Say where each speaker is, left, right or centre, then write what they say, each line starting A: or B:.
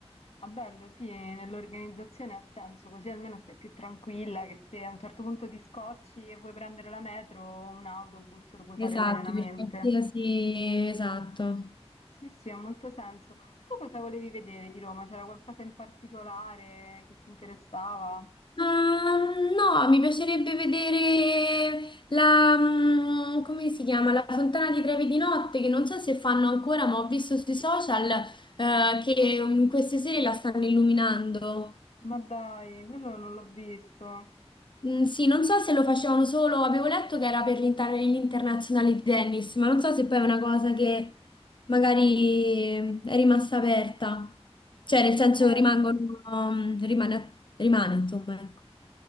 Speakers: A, on the left; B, on the left.
A: Ma bello, sì, eh, nell'organizzazione ha senso, così almeno stai più tranquilla che se a un certo punto ti scocci e vuoi prendere la metro o un autobus lo puoi
B: Esatto,
A: fare serenamente.
B: per qualsiasi, esatto.
A: Sì, sì, ha molto senso. Tu cosa volevi vedere di Roma? C'era qualcosa in particolare che ti interessava?
B: Ma, no, mi piacerebbe vedere la, mm, come si chiama? La Fontana di Trevi di notte, che non so se fanno ancora, ma ho visto sui social, eh, che mm, queste sere la stanno illuminando.
A: Ma dai, quello non l'ho visto.
B: Mm, sì, non so se lo facevano solo, avevo letto che era per l'inter- l'internazionale di tennis, ma non so se poi è una cosa che magari mm, è rimasta aperta. Cioè, nel senso
A: Eh,
B: rimangono, mm, rimane, rimane, insomma,